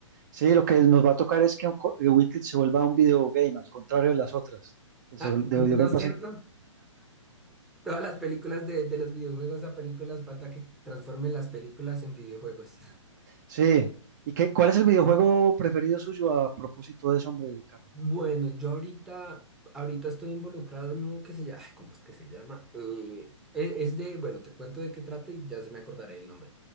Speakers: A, on the right; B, in the centre.
A: Sí, lo que nos va a tocar es que co- eh, Wicked se vuelva un videogame, al contrario de las otras. que se
B: Ah,
A: vuel-
B: ¿no
A: de videogame
B: no es
A: pasan.
B: cierto? Todas las películas de, de los videojuegos a películas, falta que transformen las películas en videojuegos. <laughs>
A: Sí. ¿Y qué, cuál es el videojuego preferido suyo a propósito de eso, hombre, Carlos?
B: Bueno, yo ahorita, ahorita estoy involucrado en uno que se llama, ay, ¿cómo es que se llama? Eh, es, es de, bueno, te cuento de qué trata y ya se me acordaré el nombre.